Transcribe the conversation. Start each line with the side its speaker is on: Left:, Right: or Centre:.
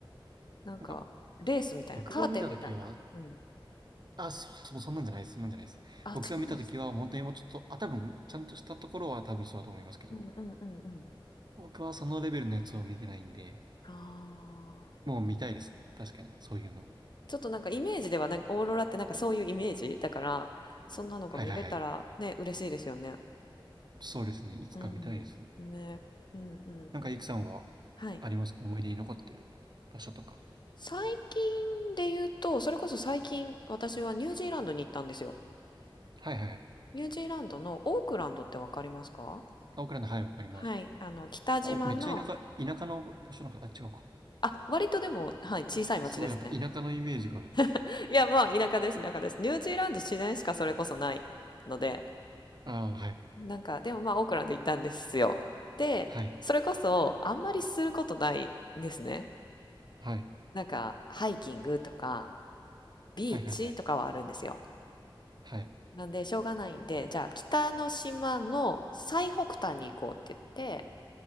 Left: なんか、
Right: なんか、
Left: レースみたいな、
Right: 僕が見たときは、
Left: カーテンみたいな。うん。
Right: あ、そう、そう、そんなんじゃないです。そんなんじゃないです。
Left: あ、
Right: 僕が見たときは、
Left: 違うんですね。
Right: 本当にもうちょっと、あ、多分、ちゃんとしたところは多分そうだと思いますけど、
Left: うんうんうんうん。
Right: 僕はそのレベルのやつを見てないんで、
Left: ああ。
Right: もう見たいですね。確かに、そういうの。
Left: ちょっとなんかイメージではなんかオーロラってなんかそういうイメージだからそんなのが見れたらね嬉しいですよね。
Right: はいはいはい。そうですね。いつか見たいですね。
Left: うんねうんうんうん
Right: なんか、イクさんは
Left: はい
Right: ありますか思い出に残ってる場所とか。
Left: 最近で言うとそれこそ最近私はニュージーランドに行ったんですよ。
Right: はいはいはい。
Left: ニュージーランドのオークランドってわかりますか
Right: あ、オクランド、はい、わかります。
Left: はい。あの、北島の、
Right: あ、おめっちゃ田舎、田舎の場所なんか、あ、違うか。
Left: あ、割とでも、はい、小さい町ですね。
Right: すごいなんか田舎のイメージがある。
Left: <laughs> いや、まあ、田舎です、田舎です。ニュージーランド自然しかそれこそないので、
Right: ああ、はい。
Left: なんか、でもまあ、オークランド行ったんですよ。で、
Right: はい。
Left: それこそ、あんまりすることないんですね。
Right: はい。
Left: なんか、ハイキングとか、ビーチとかはあるんですよ。
Right: はい、はい、はい。はい。
Left: なんで、しょうがないんで、じゃあ、北の島の最北端に行こうって言って、